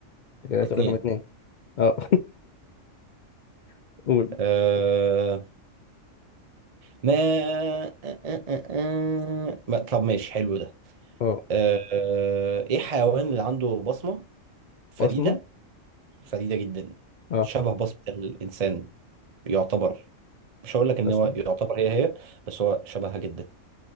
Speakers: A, on the left; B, on the right.
A: كده
B: اتنين
A: سؤال رقم اتنين اه <laughs> قول
B: آه ما آه آه آه آه. ما- طب ماشي حلو ده
A: اه
B: آه آه، ايه الحيوان اللي عنده بصمة فريدة
A: بصمة
B: فريدة جدا
A: اه
B: شبه بصمة الإنسان يعتبر مش هقول لك ان
A: بصمة
B: هو يعتبر هي هي بس هو شبهها جدا